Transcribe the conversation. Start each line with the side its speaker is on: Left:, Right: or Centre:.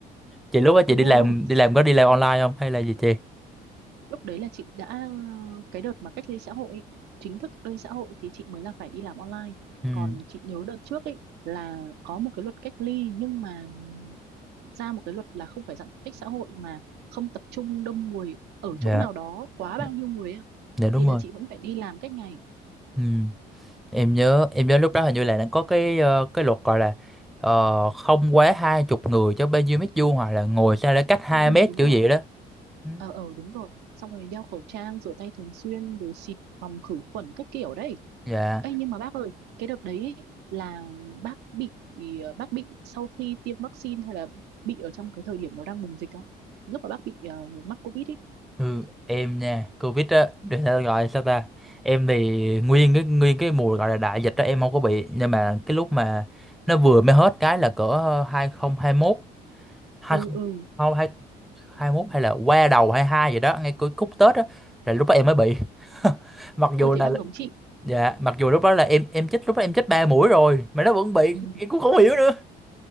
Centre: Chị lúc đó chị
Right: đúng
Centre: đi làm
Right: rồi
Centre: đi làm có đi làm online không hay là gì chị?
Right: lúc đấy là chị đã cái đợt mà cách ly xã hội ấy, chính thức cách ly xã hội thì chị mới là phải đi làm online
Centre: Ừ.
Right: còn chị nhớ đợt trước ấy là có một cái luật cách ly nhưng mà ra một cái luật là không phải giãn cách xã hội mà không tập trung đông người ở
Centre: Dạ.
Right: chỗ nào đó quá
Centre: Dạ
Right: bao nhiêu người ấy,
Centre: dạ đúng
Right: thì là
Centre: rồi.
Right: chị vẫn phải đi làm cách ngày
Centre: Ừ. em nhớ em nhớ lúc đó hình như là nó có cái ờ, cái luật gọi là ờ, không quá hai chục người cho bao nhiêu mét vuông hoặc là ngồi sao để cách hai
Right: ừ, ừ,
Centre: mét
Right: đúng
Centre: kiểu
Right: rồi
Centre: gì đó Ừ,
Right: ờ ờ đúng rồi xong rồi đeo khẩu trang rửa tay thường xuyên rồi xịt phòng khử khuẩn các kiểu đấy
Centre: dạ
Right: Ê, nhưng mà bác ơi, cái đợt đấy ấy, là bác bị bác bị sau khi tiêm vaccine hay là bị ở trong cái thời điểm nó đang bùng dịch không? Lúc mà bác bị ờ, mắc Covid ấy.
Centre: ừ, em nha covid á để sao gọi sao ta em thì nguyên cái nguyên cái mùa gọi là đại dịch đó em không có bị nhưng mà cái lúc mà nó vừa mới hết cái là cỡ 2021 20
Right: Ừ
Centre: không
Right: ừ.
Centre: không hai 21 hay là qua đầu 22 gì đó ngay cuối khúc Tết á là lúc đó em mới bị <laughs> mặc
Right: Ôi
Centre: dù là
Right: thế bác giống chị.
Centre: dạ mặc dù lúc đó là em em chích lúc đó em chích ba mũi rồi mà nó vẫn bị
Right: Ừ.
Centre: em cũng không hiểu nữa